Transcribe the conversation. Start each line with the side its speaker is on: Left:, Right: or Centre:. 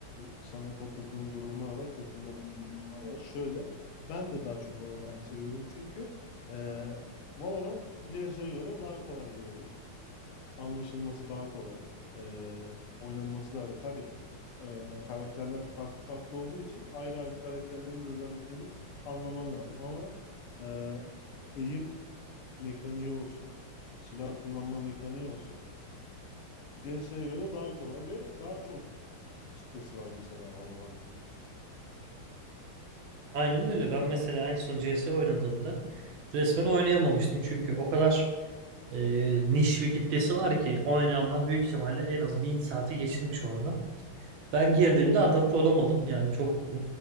Left: sana katıldığım durumlar var, katılmadığım durumlar var. Şöyle, ben de daha çok Valorant'ı seviyorum çünkü e, Valorant CS'ye göre daha kolay bir oyun. Anlaşılması daha kolay. E, oynanması daha kolay. Tabii e, karakterler farklı farklı olduğu için ayrı ayrı karakterlerin de özelliklerini anlaman lazım. Ama e, eğim mekaniği olsun, silah kullanma mekaniği olsun CS'ye göre daha kolay ve daha çok kitlesi var mesela Valorant'ın.
Right: Aynen öyle. Ben mesela en son CS oynadığımda resmen oynayamamıştım. Çünkü o kadar e, niş bir kitlesi var ki oynayanlar büyük ihtimalle en az bin saati geçirmiş onunla. Ben girdiğimde adapte olamadım. Yani çok e,